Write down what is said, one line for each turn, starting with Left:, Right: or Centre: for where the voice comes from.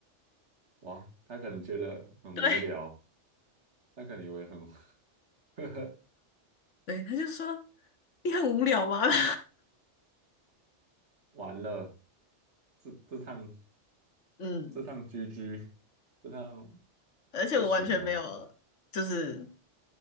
Right: 哇，他可能觉得很无聊，
Left: 对，
Right: 他可能以为很 <laughs> 呵呵，
Left: 对，他就说你很无聊吗？<laughs>
Right: <laughs> 完了，这这趟
Left: 嗯，
Right: 这趟 GG，这趟
Left: 而且我完全没有，
Right: 不行了。
Left: 就是